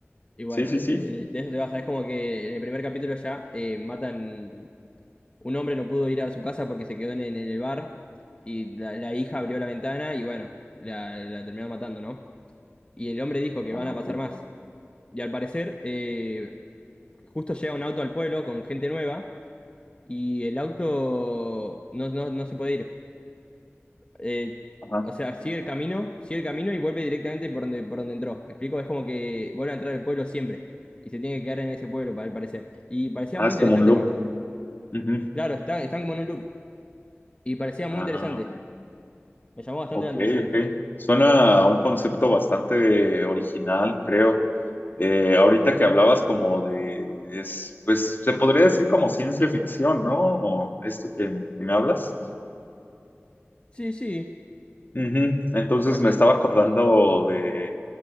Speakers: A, on the left; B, on the left.
A: Y bueno,
B: Sí, sí,
A: eh,
B: sí.
A: de de eso se basa. Es como que en el primer capítulo ya eh, matan, un hombre no pudo ir a su casa porque se quedó en, en el bar y la, la hija abrió la ventana y bueno, la, la terminó matando, ¿no? Y el hombre dijo que
B: Ah,
A: van a
B: ok.
A: pasar más. Y al parecer, eh, justo llega un auto al pueblo con gente nueva y el auto no, no, no se puede ir. Eh,
B: Ajá.
A: o sea, sigue el camino, sigue el camino y vuelve directamente por donde, por donde entró. ¿Me explico? Es como que vuelve a entrar al pueblo siempre y se tiene que quedar en ese pueblo, pa- al parecer. Y parecía
B: Ah,
A: muy
B: es
A: interesante,
B: como un loop.
A: la verdad.
B: Ujú.
A: Claro, está, están como en un loop y parecía muy
B: Ah,
A: interesante.
B: ok.
A: Me llamó bastante
B: Ok,
A: la atención.
B: ok.
A: No-
B: Suena a un concepto bastante original, creo. Eh, ahorita que hablabas como de, es, pues se podría decir como ciencia ficción, ¿no? O esto que, que me hablas.
A: Sí, sí,
B: Ujú. Entonces
A: puede
B: me
A: ser.
B: estaba acordando de